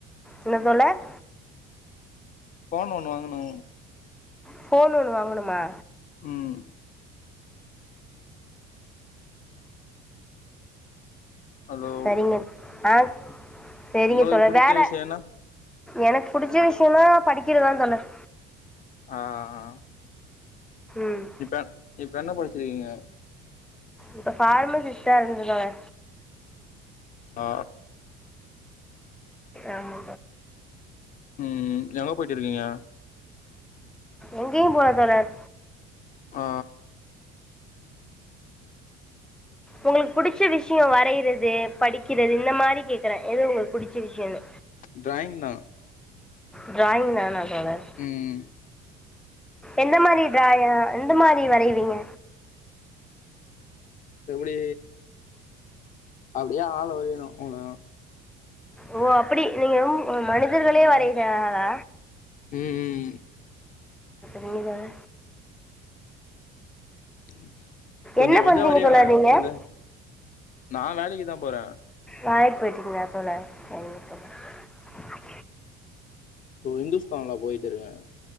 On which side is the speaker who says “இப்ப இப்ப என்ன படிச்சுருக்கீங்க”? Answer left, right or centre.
Left